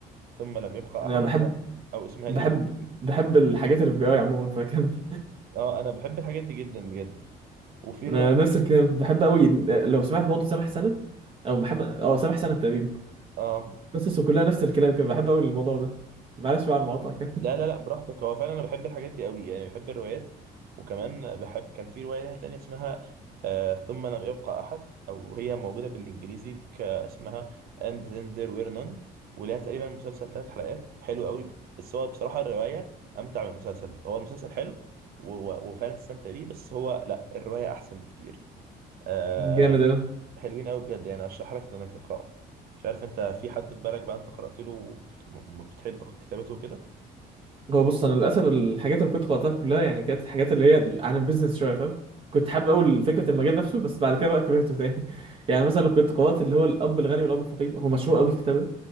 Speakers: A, on the right; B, on the right.
A: ثم لم يبقى
B: انا
A: أحد
B: بحب
A: أو أو اسمها
B: بحب
A: الإنجليزي
B: بحب الحاجات اللي في بي اي عموما فكمل
A: اه أنا بحب الحاجات دي جدا بجد وفي
B: انا
A: رواية
B: نفس الكلام بحب قوي لو سمعت برضه سامح سند او محمد اه سامح سند تقريبا
A: اه
B: قصصه كلها نفس الكلام كده بحب قوي الموضوع ده معلش بقى على المقاطعه كده
A: لا لا لا براحتك هو فعلا انا بحب الحاجات دي قوي يعني بحب الروايات وكمان بحب كان في روايه لها تانية اسمها آه ثم لم يبقى احد او هي موجوده بالانجليزي ك- اسمها and then there were none ولها تقريبا مسلسل ثلاث حلقات حلو قوي بس هو بصراحه الروايه امتع من المسلسل هو المسلسل حلو و- و- وفعلا تستمتع بيه بس هو لا الروايه احسن بكتير آه
B: <laughs> جامد قوي
A: حلوين قوي بجد يعني ارشح لك انك تقراه مش عارف انت في حد في بالك بقى انت قرات له وبت- وبتحب كتابته كده
B: هو بص انا للاسف الحاجات اللي كنت قرأتها كلها يعني كانت حاجات اللي هي عن البيزنس شويه فاهم كنت حابب اقول فكره المجال نفسه بس بعد كده بقى كبرته تاني <laughs> يعني مثلا لو كنت قرأت اللي هو الاب الغني والاب الفقير هو مشهور قوي الكتاب ده